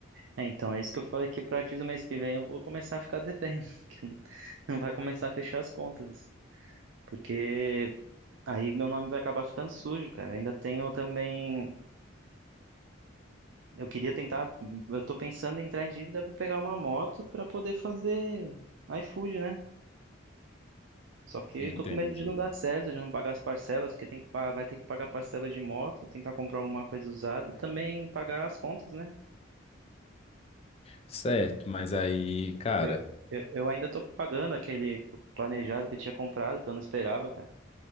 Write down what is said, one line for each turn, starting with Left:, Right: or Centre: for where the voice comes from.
Right: É, então, é isso que eu falei que a partir do mês que vem eu vou começar a ficar devendo, <laughs> que não não vai começar a fechar as contas, porque aí meu nome vai acabar ficando sujo, cara. Ainda tenho também, eu queria tentar, eu tô pensando em entrar em dívida para pegar uma moto para poder fazer iFood, né? Só que
Left: Entendi.
Right: eu tô com medo de não dar certo, de não pagar as parcelas, porque tem que, pa- vai ter que pagar parcela de moto, tentar comprar alguma coisa usada e também pagar as contas, né?
Left: Certo, mas aí, cara,
Right: Eu, eu, eu ainda tô pagando aquele planejado que eu tinha comprado, que eu não esperava, cara.